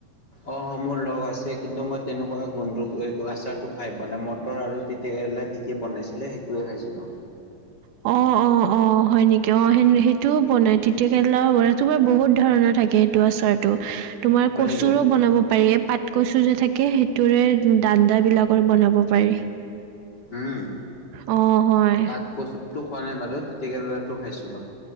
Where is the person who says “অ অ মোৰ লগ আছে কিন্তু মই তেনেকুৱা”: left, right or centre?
Left